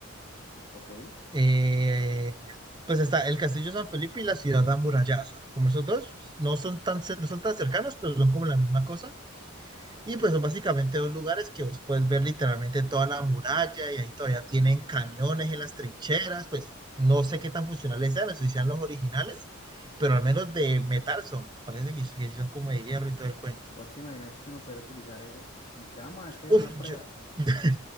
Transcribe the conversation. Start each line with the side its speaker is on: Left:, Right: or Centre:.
Left: ¿ok?
Right: eh, pues está el castillo de San Felipe y la ciudad amurallada, como esos dos no son tan, cer- no son tan cercanos, pero son como la misma cosa, y pues son básicamente dos lugares que vos puedes ver literalmente toda la muralla, y ahí todavía tienen cañones en las trincheras, pues no sé qué tan funcionales sean, no sé si sean los originales, pero al menos de metal son, parece que, que sí son como de hierro y todo el cuento.
Left: Vos te imaginas que uno puede utilizar eso, como que vamos a hacer
Right: Uf,
Left: una prueba,
Right: yo, <laughs>